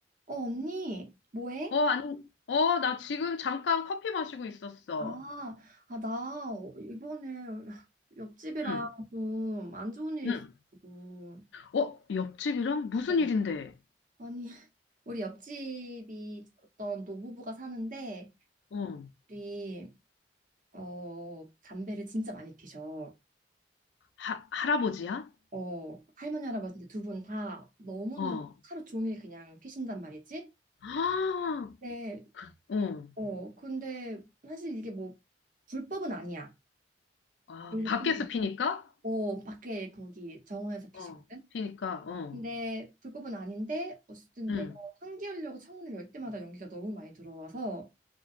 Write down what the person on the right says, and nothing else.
어, 언니, 뭐해?
아, 아, 나 이번에 옆집이랑
좀 안 좋은 일이
있어가지고.
어,
아니, 우리 옆집이 어떤 노부부가 사는데,
우리, 어, 담배를 진짜 많이 피셔.
어, 할머니, 할아버지 두 분 다 너무너무
하루 종일 그냥 피신단 말이지?
네
어, 근데 사실 이게 뭐, 불법은 아니야.
여기서
피는. 거.
어, 밖에 거기 정원에서 피시거든?
근데 불법은 아닌데 어쨌든
내가 환기하려고 창문을 열 때마다 연기가 너무 많이 들어와서